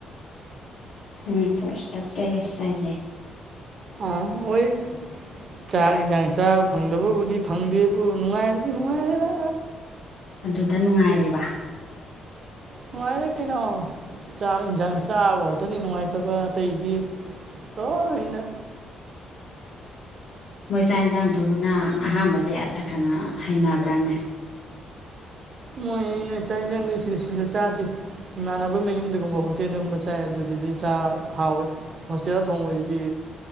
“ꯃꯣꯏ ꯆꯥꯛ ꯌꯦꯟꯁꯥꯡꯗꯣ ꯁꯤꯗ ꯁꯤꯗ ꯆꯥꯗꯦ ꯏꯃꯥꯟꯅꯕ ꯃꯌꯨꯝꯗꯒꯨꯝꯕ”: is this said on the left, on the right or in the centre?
Right